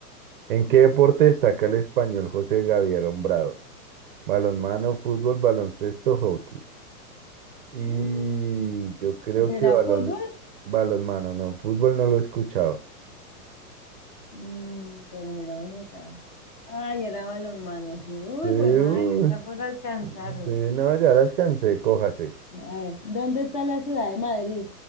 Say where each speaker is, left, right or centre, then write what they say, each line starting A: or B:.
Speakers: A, on the right; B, on the left.
A: ¿En qué deporte destaca el español José Gaviria Hombrado? Balonmano, fútbol, baloncesto, hockey. Y
B: Mm,
A: yo creo
B: ¿Será
A: que balón,
B: fútbol?
A: balonmano, no, fútbol no lo he escuchado.
B: Mm, Bueno, miramos acá. Ay, era balonmano, sí. Uy,
A: Eh, uh,
B: fue madre, está por alcanzarme.
A: eh, no, ya la alcancé, cójase.
B: A ver, ¿dónde está la ciudad de Madrid?